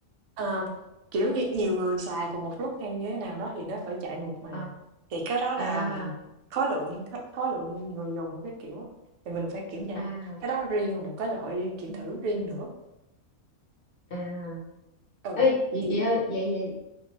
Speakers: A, on the right; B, on the left.
A: Ờ, kiểu như, nhiều người xài cùng một lúc hay như thế nào đó thì nó phải chạy mượt mà,
B: Ờ.
A: thì cái đó là,
B: à
A: ừm, khối lượng khối khối lượng người dùng của cái kiểu á, thì mình phải kiểm tra,
B: à
A: cái đó riêng một cái loại kiểm thử riêng nữa.
B: à
A: Ừ,
B: Ê, chị
A: thì
B: chị ơi vậy vậy